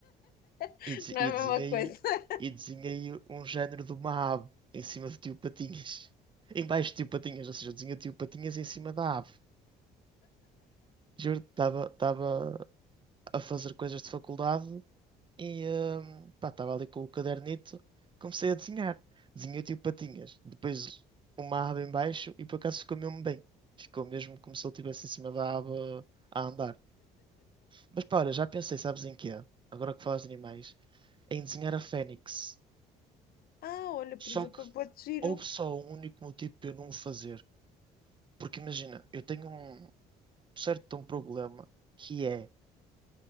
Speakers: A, on the left; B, on the right.
A: <laughs>
B: E, dese-
A: Não
B: e
A: é a
B: desenhei,
A: mesma coisa. <laughs>
B: e desenhei um género de uma ave em cima de tio patinhas. <laughs> Em baixo de tio patinhas, ou seja, desenhei tio patinhas em cima da ave. Juro, estava estava a fazer coisas de faculdade e hum, estava ali com o cadernito, comecei a desenhar. Desenhei tio patinhas, depois uma ave em baixo e por acaso ficou mesmo bem. Ficou mesmo como se ele estivesse em cima da ave a a andar. Mas pá, olha, já pensei, sabes em quê? Agora que falas de animais. em desenhar a Fênix.
A: Ah, olha, por
B: Só
A: exemplo,
B: que
A: pode giro.
B: houve só um único motivo para eu não o fazer. Porque imagina, eu tenho um certo de um problema que é